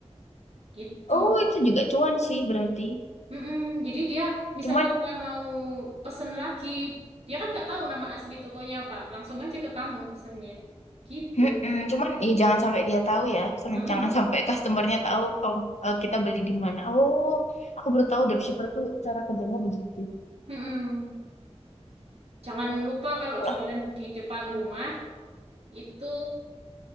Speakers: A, on the right; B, on the left.
A: gitu.
B: oh itu
A: gitu.
B: juga cuan sih berarti.
A: Mm-mm. Jadi dia misalkan
B: Cuman
A: dia mau pesen lagi, dia kan nggak tahu nama asli tokonya apa. Langsung aja ke kamu pesennya. Gitu.
B: Mm-mm, cuman ya jangan sampai dia tahu ya, sam-
A: Mm-mm.
B: jangan sampai customernya tahu kalau eh, kita beli di mana. Oh, aku baru tahu dropshipper tuh cara kerjanya begitu.
A: Mm-mm. Jangan lupa kalau
B: Kalau
A: jualan di depan rumah itu